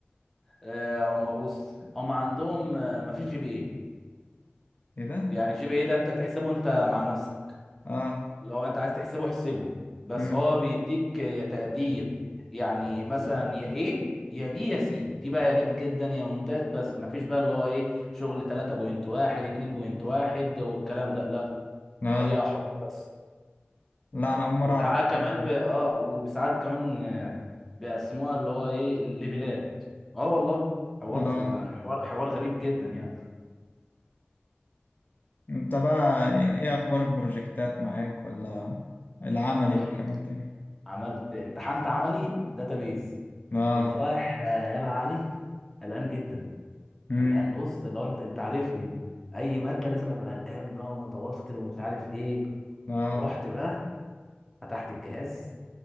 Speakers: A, in the centre; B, on the left.
A: آه هم بص هم عندهم آه، مفيش جي بي اي
B: إيه ده؟
A: يعني الجي بي اي ده انت تحسبه انت مع نفسك
B: آه
A: لو انت عايز تحسبه احسبه بس
B: مم.
A: هو بيديك يا تقدير يعني مثلا يا ايه يا بي يا سي دي بقى يا جد جدا يا ممتاز بس مفيش بقى اللي هو ايه شغل 3.1 2.1 والكلام ده لا
B: آه
A: هي حب بس
B: لا أنا أول مرة
A: وساعات
B: أعرف الكلام
A: كمان
B: ده
A: ب... اه وساعات كمان آه، بيقسموها اللي هو ايه ليفلات اه والله حوار
B: آه
A: يعني حوار حوار غريب جدا يعني
B: أنت بقى إيه إيه أخبار البروجكتات معاك ولا العملي
A: المفروض
B: والحاجات دي؟
A: عملت امتحنت عملي داتابيز
B: آه
A: كنت رايح آه، يلا يا علي قلقان جدا
B: مم.
A: قلقان بص لو انت انت عارفني اي ماده لازم ابقى قلقان بقى ومتوتر ومش عارف ايه
B: آه
A: رحت بقى فتحت الجهاز